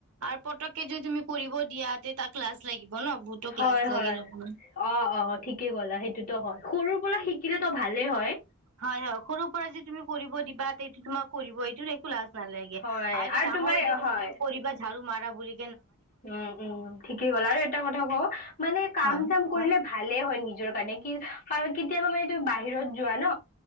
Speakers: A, on the right; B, on the left.
A: আৰু পটককে যদি তুমি কৰিব দিয়া তাক লাছ লাগিব ন বহুতো
B: হয়-
A: লাজ লাগে
B: হয়
A: অলপমান
B: অঁ, অ ঠিকেই ক'লা সেইটোতো হয় সৰু পৰা শিকিলে তো ভালেই হয়।
A: হয় হয়, সৰুৰ পৰা যদি তুমি কৰিব দিবা তে সেইটো তোমাৰ কৰিবই, এইটো একু লাজ নালাগে
B: হয়
A: আৰু এতিয়া ডাঙৰ
B: তোমাৰ
A: হৈ যাব
B: হয়
A: চ', তুমি কৰিবা ঝাৰু মাৰা বুলি
B: উম উম ঠিকেই ক'লা আৰু এটা কথা কওঁ মানে কাম
A: হয়
B: চাম কৰিলে
A: কোৱা
B: ভালে হয় নিজৰ কাৰণে কি কাৰন কি কেতিয়াবা মানে তুমি বাহিৰত যোৱা ন।